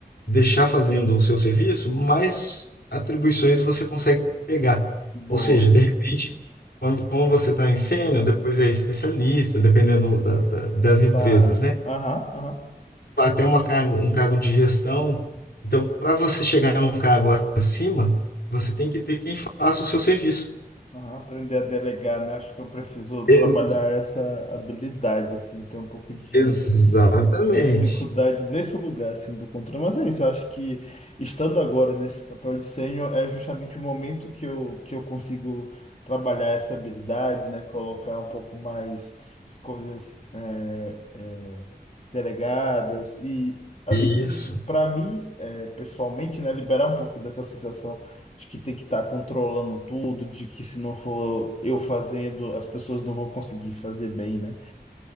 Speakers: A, on the left (about 75°); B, on the left (about 45°).
A: deixar fazendo o seu serviço, mais atribuições você consegue pegar.
B: boa.
A: Ou seja, de repente, quando, quando você está em sênior, depois é especialista, dependendo da- da- das empresas,
B: Da área.
A: né?
B: Aham, aham.
A: Até uma cargo, um cargo de gestão. Então, para você chegar num cargo acima, você tem que ter quem faça o seu serviço.
B: aham. Aprender a delegar, né? Acho que eu preciso
A: E-
B: trabalhar essa habilidade, assim, eu tenho um pouco de
A: Exatamente.
B: dificuldade nesse lugar assim do controle, mas é isso, eu acho que estando agora nesse papel de sênior é justamente o momento que eu que eu consigo trabalhar essa habilidade, né, colocar um pouco mais as coisas é, é, delegadas e acho
A: Isso.
B: que para mim é, pessoalmente, né, liberar um pouco dessa sensação de que tem que estar controlando tudo, de que se não for eu fazendo, as pessoas não vão conseguir fazer bem, né?